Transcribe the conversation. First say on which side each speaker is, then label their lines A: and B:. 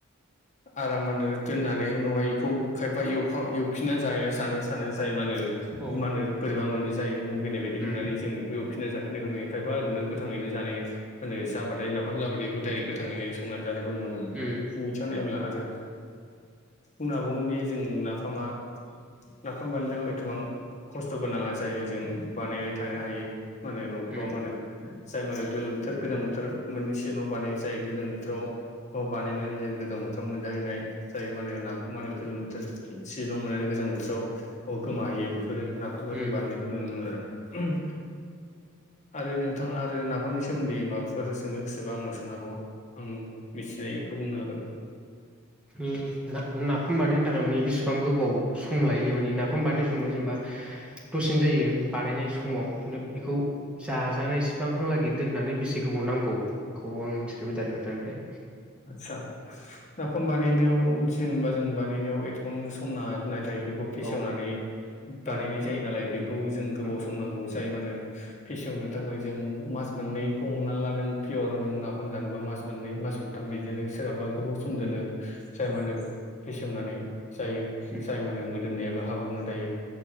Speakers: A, on the left (about 35°); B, in the centre.
A: आरामानो दोननानै उनावहाय इखौ खायफा एयफा एव फिननानै जानो जानो सानो जाय मा होनो
B: औ
A: मा होनो बोरैबा मोनो जायो मुगैनाय बायदि
B: उम
A: मोननानै जों एव फिनाय जाफिनायखौ नुयो खायफा ओरैनो गोथाङैनो जानाय मा होनो जाबाथाय नाफाम जाबाथाय एखौडाइरेक्ट गोथाङैनो संनानै जानायखौ नुनो मोनो
B: उम
A: बिथिंङाव नायब्ला आरो बुंनो हाबावगोनदि जों नाफामा नाफाम बानायनायाव ए एथबां खस्थ'बो नाङा जायो जों बानायबाय थानो हायो मा होनो न'फ्राव
B: उम
A: मा होनो थो जाय मानो गोलोम बोथोर गोजां बोथोर मोननै सिगाङाव बानाय जायो गोलोम बोथोराव आव बानायनानै जों गोजां बोथोराव मोनजाहैनाय जायो मान नाखौ मा होनो गोलोम बोथोर सिजोनाव मोननानै गोजां बोथोराव गोमाहैयो बेफोरो नाफोरखौ
B: उम
A: जों बानाय खो नुनो मोना र' आरो नोंथाङा आरो नाफामनि सोमोन्दै माबाफोर सोंनो गोसोबा आंनाव सोंनो हाबावगोन आं मिथिनायखौ बुंनो हागोन
B: ओ नाफाम बानायनो थाखाय माने बेसेबां गोबाव सम लायो माने नाफाम बानानाय समाव जेनेबा दसेनो जायो बानायनाय समाव खिन्थु बेखौ जाजानायसिबां हांलागै दोननानै बेसे गोबाव नांगौ बेखौ आं मिथिनो लुबैदों आरो नोंथां ओमफ्राय
A: आदसा नाफाम बानायनायाव जेनबा जों बानायनायाव एथ' गोबां सम नाङा नाथाय बेखौ फेसेवनानै
B: औ
A: बानायनाय
B: औ
A: जायो नालाय बेखौ जों गोबाव
B: औ
A: सम नांगौ जाय मा होनो फेसेवनो थाखाय जों मास मोननैखौ हमनानै ला नों पियर नों नाफाम जानोबा मास मोननै मास मोनथाम बिदिनो सोरहाबा गोबाव समदोनो
B: उम उम
A: जाय मानो फेसेवनानै जायो जाय
B: उम
A: माहोनो मोदोमनायाबो हाबाबना थायो